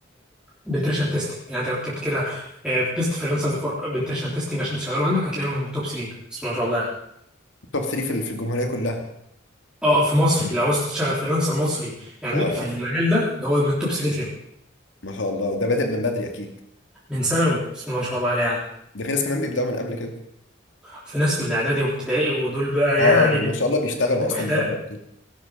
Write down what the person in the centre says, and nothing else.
البنتريشن تيست يعني انت لو كتبت كده بيست فريلانسرز فور بنتريشن تيستنج عشان تشغله عندك هتلاقيه من توب 3 بس ما شاء الله يعني.
اه في مصر لو عاوز تشتغل فريلانسر مصري يعني
في المجال ده ده هو من التوب 3 فيهم
من ثانوي بسم الله ما شاء الله عليه يعني
في ناس من اعدادي وابتدائي ودول بقى
يعني
بيبقوا
بيبقوا
احتال